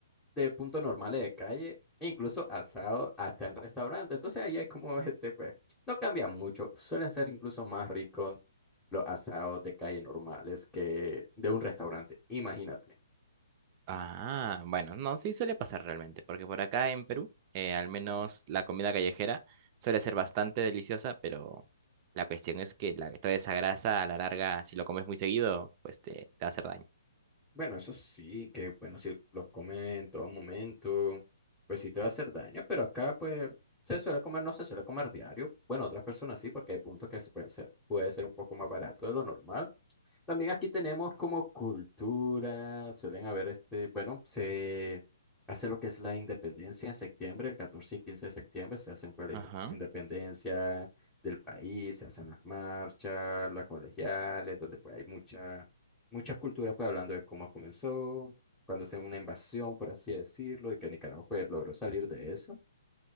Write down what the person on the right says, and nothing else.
Ah, bueno, no, sí suele pasar realmente, porque por acá en Perú, eh, al menos la comida callejera suele ser bastante deliciosa, pero la cuestión es que la, toda esa grasa a la larga, si lo comes muy seguido, pues te, te va a hacer daño.
Ajá,